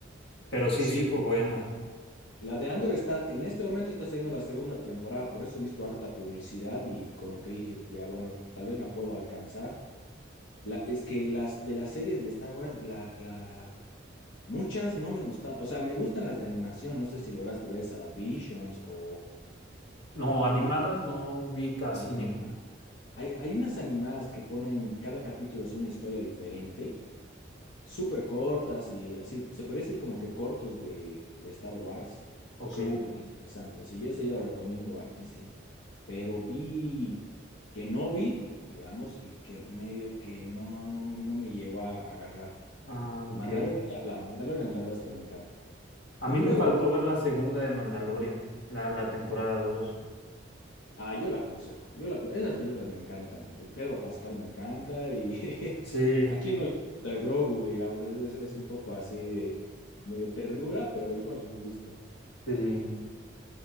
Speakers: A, on the left (about 60°); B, on the left (about 85°).
A: Pero sí,
B: Sí,
A: sí fue buena.
B: la de Andor está, en este momento está saliendo la segunda temporada, por eso he visto harta publicidad y como que dije, ya bueno, tal vez la puedo alcanzar. La, es que las de las series de Star Wars, la, la, Muchas no me gustan, o sea, me gustan las de animación, no sé si lograste ver esa Visions o
A: No,
B: hay
A: animadas
B: una que
A: no vi casi
B: las
A: ninguna.
B: anima, hay, hay unas animadas que ponen, cada capítulo es una historia diferente, súper cortas y así, se podría decir como que cortos de, de Star Wars,
A: Ok.
B: súper interesantes, así, yo eso yo lo recomiendo hartísimo, pero vi que no vi, digamos, y que medio que no, no, no me llegó a agarrar.
A: Ah, ok.
B: Mandalorian ya hablamos, Mandalorian la verdad es que me encanta.
A: A
B: Y
A: mí me
B: luego
A: faltó
B: hablé
A: ver la segunda de Mandalorian, la, la temporada dos
B: Ah, yo la aconsejo. Yo la, acon- esas películas me encantan. eh, Pedro Pascal me encanta y
A: Sí,
B: <laughs> a quién no le gusta el Grogu, digamos. Es, es- es un poco así de medio ternura, pero igual me gusta.
A: sí. sí.